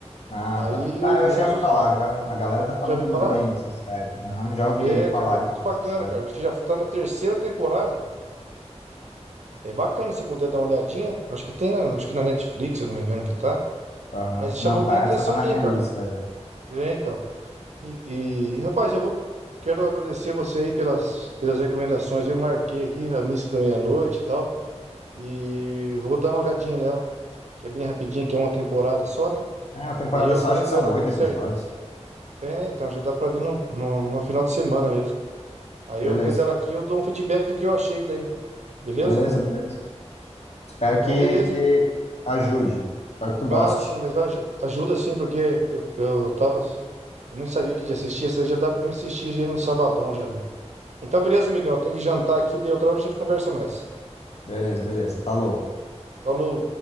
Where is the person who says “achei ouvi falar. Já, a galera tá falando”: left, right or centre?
Left